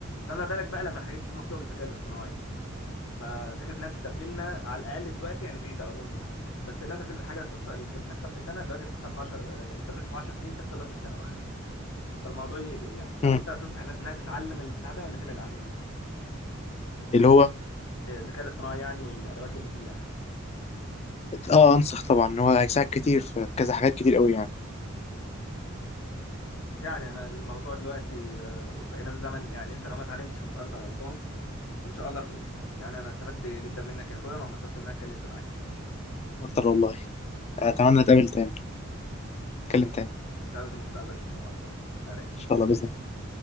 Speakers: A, on the left; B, on the left.
A: فما بالك بقى لما الحاجات دي تكون مكتوبه بالذكاء الاصطناعي ففكره انها تستبدلنا على الاقل دلوقتي يعني بعيده اظن يعني بس للاسف ان الحاجه تط- اللي كانت بتحصل في سنه دلوقتي بتحصل في 10 اللي كانت بتحصل في 10 سنين بتحصل دلوقتي في سنه واحده فالموضوع يقلق يعني طب
B: مم.
A: انت هتنصح الناس انها تتعلم البتاع ده ولا تبعد عنه
B: اللي هو
A: الذكاء الاصطناعي يعني والادوات اللي فيه يعني
B: اه انصح طبعا ان هو هيساعد كتير في كذا حاجات كتير قوي يعني
A: يعني انا الموضوع دلوقتي آه، بقينا في زمن يعني انت لو ما اتعلمتش هتبقى انت غلطان وان شاء الله خير يعني انا استفدت جدا منك يا اخويا وانا انبسطت اني اتكلمت معاك
B: اكتر والله اتمنى اتقابل تاني اتكلم تاني
A: نتقابل في المستقبل ان شاء الله سلام
B: ان شاء الله باذن الله